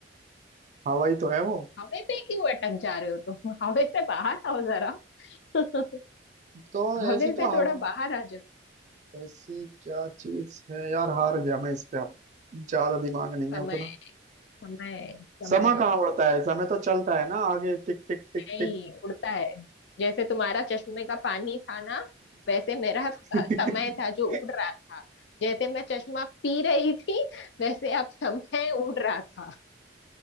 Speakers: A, on the right; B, on the left.
A: हवा ही तो है वो
B: हवे पे क्यों अटक जा रहे हो तुम <laughs> हवे से बाहर आओ जरा <laughs>
A: तो
B: हवे
A: ऐसी
B: से
A: तो हवा
B: थोड़ा बाहर आ जाओ
A: ऐसी क्या चीज है यार हार गया मैं इस पे अब ज्यादा दिमाग नहीं
B: समय
A: है उतना
B: समय समय
A: समय कहाँ उड़ता है समय तो चलता है ना आगे टिक टिक टिक
B: नहीं
A: टिक
B: उड़ता है जैसे तुम्हारा चश्मे का पानी था ना वैसे मेरा <laughs>
A: <laughs>
B: अ, समय था जो उड़ रहा था जैसे मैं चश्मा पी रही थी वैसे अब समय उड़ रहा था